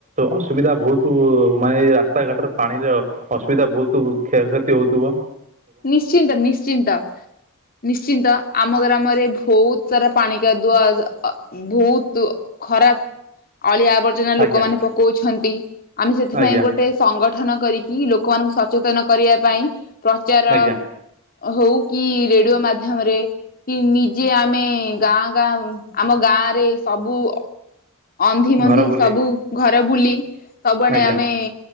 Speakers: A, on the right (about 35°); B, on the left (about 45°).
A: ଅସୁବିଧା ବହୁତ ମାନେ ଏ ରାସ୍ତାଘାଟରେ ପାଣିର ଅସୁବିଧା ବହୁତ କ୍ଷୟକ୍ଷତି ହୋଉଥିବ?
B: ନିଶ୍ଚିନ୍ତ ନିଶ୍ଚିନ୍ତ। ନିଶ୍ଚିନ୍ତ ଆମ ଗ୍ରାମରେ ଭୋହୁତ ସାରା ପାଣିି କାଦୁଅ ଜ ଅ ବୋହୁତ ଅ ଖରାପ ଅଳିଆ ଆବର୍ଜନା ଲୋକମାନେ
A: ଆଜ୍ଞା
B: ପକଉଛନ୍ତି ଆମେ ସେଥିପାଇଁ
A: ଆଜ୍ଞା
B: ଗୋଟେ ସଂଗଠନ କରିକି ଲୋକମାନଙ୍କୁ ସଚେତନ କରିଆ ପାଇଁ ଚାର
A: ଆଜ୍ଞା
B: ହଉ କି ରେଡୁଅ ମାଧ୍ୟମରେ କି ନିଜେ ଆମେ ଗାଁ ଗାଁ ଉଁ ଆମ ଗାଁରେ ସବୁ ଅ ଅନ୍ଧି ମନ୍ଧି
A: ଘର ବୁଲି
B: ସବୁ ଘର ବୁଲି ସବୁଆଡେ
A: ଆଜ୍ଞା
B: ଆମେ